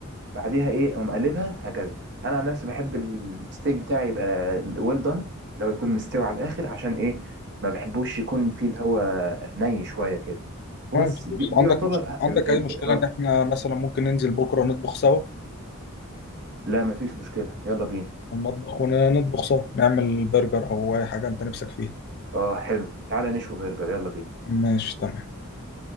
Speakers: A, on the right (about 55°); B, on the left (about 50°).
A: بعديها ايه اقوم قلبها هكذا انا عن نفسي بحب الستيك بتاعي يبقى ويل دان لو يكون مستوي على الاخر عشان ايه ما بحبوش يكون فيه اللي هو ني شويه كده وبس
B: تمام، خلاص
A: دي, دي
B: عندك
A: يعتبر
B: مش...
A: أ-
B: عندك
A: ال ال
B: اي مشكله
A: اه
B: ان احنا مثلا ممكن ننزل بكره نطبخ سوا
A: لا مفيش مشكله يلا بينا
B: في المطبخ ونطبخ سوا نعمل برجر او اي حاجه انت نفسك فيها
A: اه حلو تعالى نشوي برجر يلا بينا
B: ماشي تمام